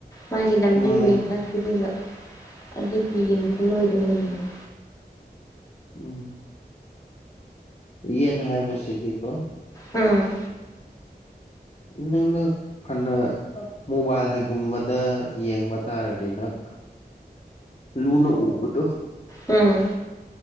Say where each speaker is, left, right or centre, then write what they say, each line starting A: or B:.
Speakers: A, on the left; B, on the left.
A: ꯃꯥꯒꯤ ꯂꯝꯕꯤ
B: ꯎꯝ
A: ꯋꯦ ꯈ꯭ꯔ ꯄꯤꯕꯤꯕ ꯑꯗꯨꯒꯤ ꯌꯦꯡ ꯈꯨꯂꯣꯏꯗꫭ ꯂꫭꯏꯅꯤꯡꯑꯦ
B: ꯎꯝ ꯌꯦꯟ ꯍꯥꯏꯕꯁꯤꯗꯤꯀꯣ
A: ꯎꯝ
B: ꯅꯪꯅ ꯐꯅ ꯃꯣꯕꯥꯏꯜ ꯍꯥꯏꯩꯒꯨꯝꯕꯗ ꯌꯦꯡꯕ ꯇꯥꯔꯗꯤ ꯅꯪ ꯂꯨꯅꯎꯕꯗꯣ
A: ꯎꯝ